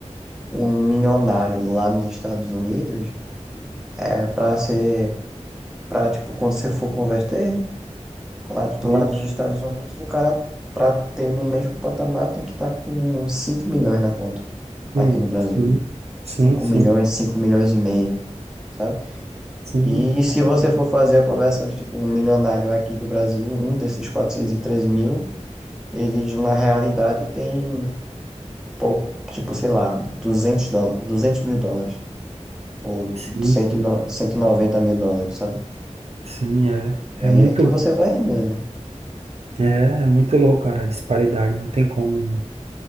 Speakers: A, in the centre; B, on the right (about 60°).
A: um milionário lá nos Estados Unidos é pra ser, pra, tipo, quando você for converter, lá, do-
B: meio.
A: lá dos Estados Unidos, o cara, pra ter no mesmo patamar, tem que estar com 5 milhões na conta aqui
B: Hum,
A: no Brasil.
B: sim, sim,
A: cinco
B: sim,
A: milhões, 5 milhões e meio, sabe?
B: sim,
A: E se você for fazer a conversão de, tipo, um milionário aqui do Brasil, um desses 413 mil, eles, na realidade, tem pouco, tipo, sei lá, duzentos dó- 200 mil dólares, ou
B: sim,
A: cento cento
B: sim,
A: e no- 190 mil dólares, sabe?
B: sim, é,
A: E
B: é
A: aí
B: muito,
A: é que você vai ver, né?
B: é, é muito louco, cara, a disparidade, não tem como